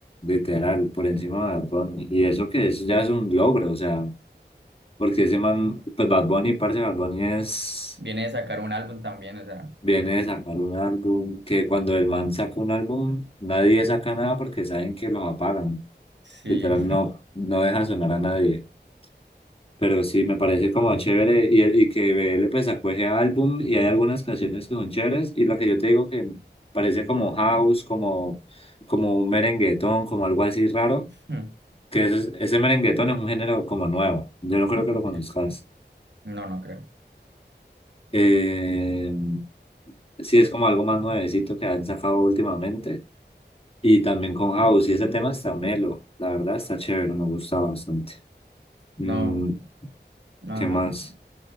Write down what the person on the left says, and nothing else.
Literal, por encima de Bad Bunny. Y eso que eso ya es un logro, o sea, porque ese man, pues Bad Bunny, parce, Bad Bunny es,
viene de sacar un álbum, que cuando el man saca un álbum, nadie saca nada porque saben que los apagan.
Literal, no, no deja sonar a nadie. Pero sí, me parece como chévere y, y que B L pues sacó ese álbum y hay algunas canciones que son chéveres y lo que yo te digo que parece como house, como, como un merenguetón, como algo así raro,
que ese, ese merenguetón es un género como nuevo, yo no creo que
lo conozcas.
Eh, sí, es como algo más nuevecito que han sacado últimamente y también con house y ese tema está melo, la verdad está chévere, me gusta bastante. Mm,
¿qué
más?